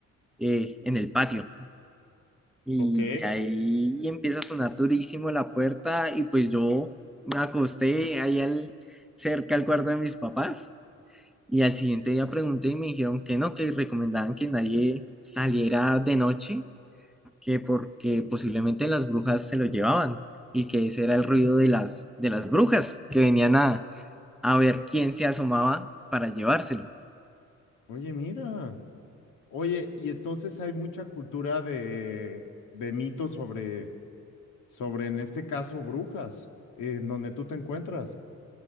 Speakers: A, in the centre; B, on the left (about 85°).
A: eh, en el patio. Y
B: Ok,
A: de ahí empieza a sonar durísimo la puerta y pues yo me acosté ahí al, cerca al cuarto de mis papás y al siguiente día pregunté y me dijeron que no, que recomendaban que nadie saliera de noche, que porque posiblemente las brujas se lo llevaban y que ese era el ruido de las, de las brujas que venían a, a ver quién se asomaba para llevárselo.
B: Oye, mira. Oye, y entonces hay mucha cultura de, de mitos sobre, sobre, en este caso, brujas, eh, en donde tú te encuentras.